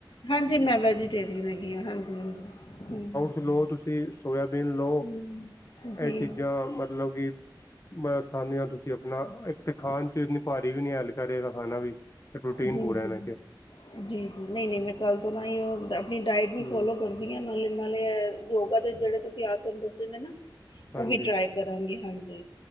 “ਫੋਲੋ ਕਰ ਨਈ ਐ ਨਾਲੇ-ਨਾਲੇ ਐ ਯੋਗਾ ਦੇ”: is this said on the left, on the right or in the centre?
Left